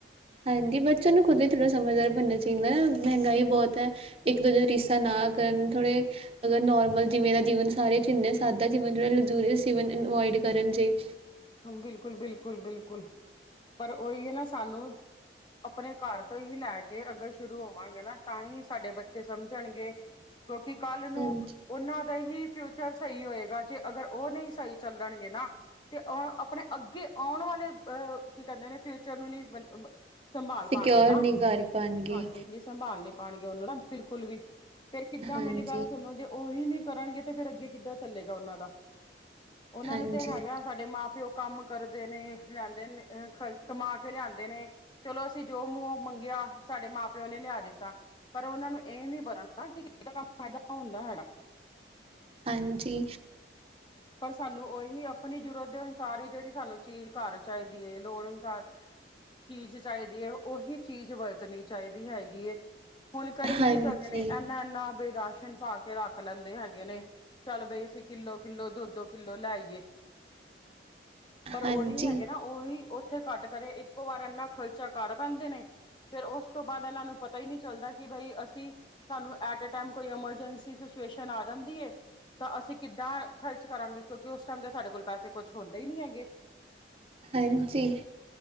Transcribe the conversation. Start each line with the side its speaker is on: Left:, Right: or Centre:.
Right: ਹਾਂਜੀ ਬੱਚਿਆਂ ਨੂੰ ਖੁਦ ਹੀ ਥੋੜ੍ਹਾ ਸਮਝਦਾਰ ਬਣਨਾ ਚਾਹੀਦਾ ਮਹਿੰਗਾਈ ਬਹੁਤ ਐ, ਇੱਕ ਦੂਜੇ ਦੀ ਰੀਸਾਂ ਨਾ ਕਰਨ ਥੋੜ੍ਹੇ ਅਗਰ ਨੋਰਮਲ ਜਿਵੇਂ ਦਾ ਜੀਵਨ ਸਾਰੇ ਜੀਂਦੇ, ਸਾਦਾ ਜੀਵਨ ਜਿਹੜਾ ਲਗਜ਼ਰੀਅਸ ਜੀਵਨ ਅਵੋਇਡ ਕਰਨ ਜੇ
Left: ਬਿਲਕੁਲ-ਬਿਲਕੁਲ-ਬਿਲਕੁਲ, ਪਰ ਉਹੀ ਏ ਨਾ ਸਾਨੂੰ ਆਪਣੇ ਘਰ ਤੋਂ ਹੀ ਲੈ ਕੇ ਅਗਰ ਸ਼ੁਰੂ ਹੋਵਾਂਗੇ ਨਾ ਤਾਂ ਹੀ ਸਾਡੇ ਬੱਚੇ ਸਮਝਣਗੇ। ਕਿਉਂਕਿ ਕੱਲ ਨੂੰ
Right: ਹਾਂਜੀ,
Left: ਉਹਨਾਂ ਦਾ ਹੀ ਫਿਊਚਰ ਸਹੀ ਹੋਏਗਾ ਜੇ ਅਗਰ ਉਹ ਨਹੀਂ ਸਹੀ ਚੱਲਣਗੇ ਨਾ ਤੇ ਅ ਆਪਣੇ ਅੱਗੇ ਆਉਣ ਵਾਲੇ ਅਹ ਕੀ ਕਹਿੰਦੇ ਨੇ ਫਿਊਚਰ ਨੂੰ ਨੀ, ਬਲ ਅਮ ਸੰਭਾਲ ਪਾਣਗੇ
Right: ਸਿਕਿਓਰ
Left: ਨਾ,
Right: ਨਹੀਂ ਕਰ ਪਾਣਗੇ
Left: ਹਾਂਜੀ-ਹਾਂਜੀ ਸੰਭਾਲ ਨਹੀਂ ਪਾਣਗੇਂ ਉਹਨੂੰ ਨਾ ਬਿਲਕੁਲ ਵੀ, ਫੇਰ ਕਿੱਦਾਂ
Right: ਹਾਂਜੀ।
Left: ਮੇਰੀ ਗੱਲ ਸੁਣੋ ਜੇ ਉਹੀ ਨਹੀਂ ਕਰਨਗੇ ਤੇ ਫੇਰ ਅੱਗੇ ਕਿੱਦਾਂ ਚੱਲੇਗਾ ਉਹਨਾਂ ਦਾ, ਉਹਨਾਂ
Right: ਹਾਂਜੀ,
Left: ਨੂੰ ਤੇ ਹੈਗਾ ਸਾਡੇ ਮਾਂ ਪਿਓ ਕੰਮ ਕਰਦੇ ਨੇ ਲਿਆਂਦੇ ਨੇ ਅ, ਖਰਚ ਕਮਾ ਕੇ ਲਿਆਂਦੇ ਨੇ ਚਲੋ ਅਸੀਂ ਜੋ ਮੂੰਹੋਂ ਮੰਗਿਆ, ਸਾਡੇ ਮਾਂ ਪਿਓ ਨੇ ਲਿਆ ਦਿੱਤਾ। ਪਰ ਉਹਨਾ ਨੂੰ ਇਹ ਨੀ ਪਤਾ ਕਿ ਇਹ ਕੰਮ ਫਾਇਦਾ ਹੁੰਦਾ ਹੈਗਾ।
Right: ਹਾਂਜੀ।
Left: ਪਰ ਸਾਨੂੰ ਉਹੀ ਆਪਣੀ ਜ਼ਰੂਰਤ ਦੇ ਅਨੁਸਾਰ ਹੀ ਜਿਹੜੀ ਸਾਨੂੰ ਚੀਜ਼ ਘਰ ਚਾਹੀਦੀ ਐ, ਲੋੜ ਅਨੁਸਾਰ ਚੀਜ਼ ਚਾਹੀਦੀ ਐ, ਉਹੀ ਚੀਜ਼ ਵਰਤਣੀ ਚਾਹੀਦੀ ਹੈ ਗੀ ਐ, ਹੁਣ ਕਈ
Right: ਹਾਂਜੀ,
Left: ਕੀ ਕਰਦੇ ਨੇ ਇਨਾ ਬਈ ਰਾਸ਼ਨ ਪਾ ਕੇ ਰੱਖ ਲੈਂਦੇ ਹੈਗੇ ਨੇ, ਚੱਲ ਬਈ ਅਸੀਂ ਕਿੱਲੋ ਕਿੱਲੋ ਦੋ ਦੋ ਕਿੱਲੋ ਲੈ ਆਈਏ, ਪਰ
Right: ਹਾਂਜੀ।
Left: ਉਹੀ ਹੈਗੇ ਨਾ ਉਹੀ ਉੱਥੇ ਘੱਟ ਕਰੇ, ਇੱਕੋ ਵਾਰ ਇੰਨਾ ਖ਼ਰਚਾ ਕਰ ਪੈਂਦੇ ਨੇ ਫੇਰ ਉਸ ਤੋਂ ਬਾਅਦ ਇਹਨਾਂ ਨੂੰ ਪਤਾ ਹੀ ਨਹੀਂ ਚੱਲਦਾ, ਕਿ ਬਈ ਅਸੀਂ ਸਾਨੂੰ ਐਟਾ ਏ ਟਾਈਮ ਕੋਈ ਐਮਰਜੈਂਸੀ ਸਿਚੁਏਸ਼ਨ ਆ ਜਾਂਦੀ ਐ, ਤਾਂ ਅਸੀਂ ਕਿੱਦਾਂ ਖਰਚ ਕਰਾਂਗੇ, ਕਿਉਂਕਿ ਉਸ ਟਾਈਮ ਤੇ ਸਾਡੇ ਕੋਲ ਪੈਸੇ ਕੁਛ ਹੁੰਦੇ ਹੀ ਨੀ ਹੈਗੇ।
Right: ਹਾਂਜੀ।